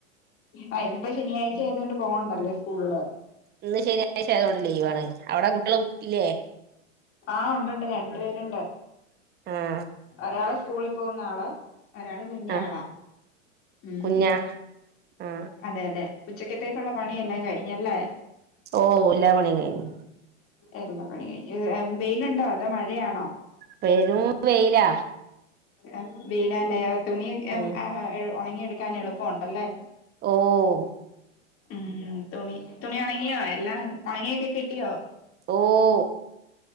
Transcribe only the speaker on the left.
ആ ഇനിപ്പോ ശനിയാഴ്ച ആയതോണ്ട് പോവണ്ടല്ലേ സ്കൂളില്?
ആഹ് ഉണ്ട്ണ്ട് രണ്ടു പേരുണ്ട്
ഒരാള് സ്കൂളിപോവുന്ന ആള് ഒരാള് കുഞ്ഞിആളാ
ഉം.
അതെ അതെ ഉച്ചെക്കത്തേക്കുള്ള പണിയെല്ലാം കഴിഞ് എല്ലാആയി.
എല്ലാ പണികഴിഞ്ഞു ഏ വെയിലുണ്ടോ അതോ മഴയാണോ?
അ വെയിലാലേ എ തുണിയൊക്കെ
മം ഏ ഒണങ്ങിയെടുക്കാൻ എളുപ്പം ഒണ്ടല്ലേ?
ഉം ഉം തുണി തുണി ഒണങ്ങിയോ എല്ലാം ഒണങ്ങിയൊക്കെ കിട്ടിയോ?